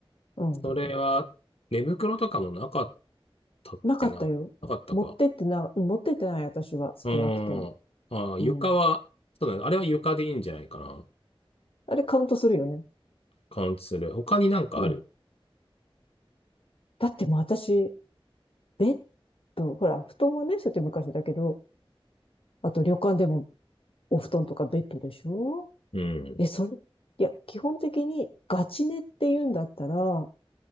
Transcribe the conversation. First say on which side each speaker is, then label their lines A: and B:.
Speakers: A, on the left (about 70°); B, on the left (about 80°).
A: うん。
B: それは、寝袋とかもなかっったっけな。
A: なかったよ。
B: なかったか。
A: 持ってってな、うん持ってってない私は少なくとも。
B: うーん。ああ、床は、
A: うん。
B: そうだね。あれは床でいいんじゃないかな。
A: あれカウントするよね。
B: カウントする。他になんかある
A: うん。だってもう私、ベッド、ほら、布団はね、そうやって昔だけど、あと旅館でもお布団とかベッドでしょ
B: うん。
A: え、それ、いや、基本的にガチ寝って言うんだったら、